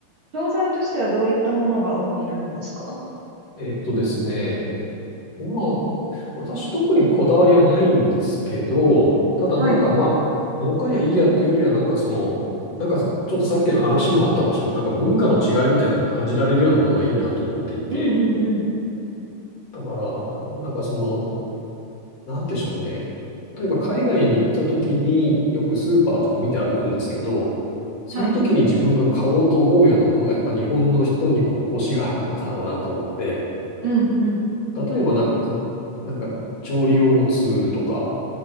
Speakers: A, on the right; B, on the left.
A: 商材としてはどういったものが主になるんですか
B: えっとですね。まあ、私特にこだわりはないんですけど、ただなんかまあ、
A: はい。
B: 儲かりゃいいやっていうよりはなんかその、なんかちょっとさっきの話もあったかもしれない。なんか文化の違いみたいなのが感じられるようなものがいいなと思っていて。
A: うん、うん、うん。
B: だから、なんかその、なんでしょうね。例えば海外に行った時によくスーパーとか見て歩くんですけど、その時に自分が買おうと思うようなものがやっぱ日本の人にも欲しがるものだろうなと思って、
A: はい。うん、うん。
B: 例えばなんかく、なんか調理用のツールとか、